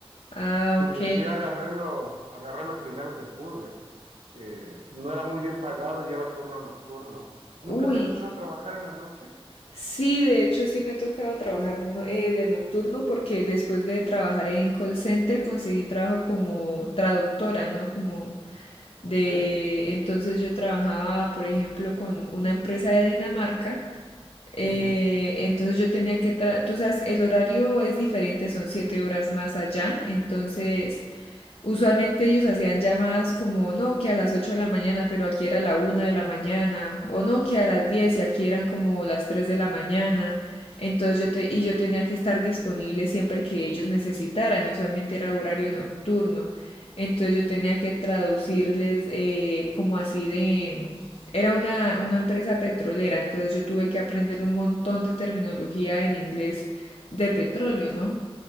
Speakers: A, on the left; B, on the right.
A: Ah,
B: y
A: ok.
B: pues sí agarré lo, agarré lo primero que pude, que no era muy bien pagado y era turno nocturno. ¿Nunca
A: Uy,
B: te ha tocado trabajar en la noche?
A: Sí, de hecho sí me ha tocado trabajar no- eh, de nocturno porque después de trabajar en call center conseguí trabajo como traductora, ¿no? Como de...
B: Ok.
A: Entonces yo trabajaba, por ejemplo, con una empresa de Dinamarca. eh,
B: Ujú,
A: entonces yo tenía que... tra- Tú sabes, el horario es diferente, son siete horas más allá. Entonces Usualmente ellos hacían llamadas como no, que a las 8 de la mañana, pero aquí era la una de la mañana, o no, que a las 10 y aquí eran como las 3 de la mañana. Entonces yo te, y yo tenía que estar disponible siempre que ellos necesitaran, y usualmente era horario nocturno. Entonces yo tenía que traducirles eh, como así de... Era una, una empresa petrolera, entonces yo tuve que aprender un montón de terminología en inglés de petróleo, ¿no?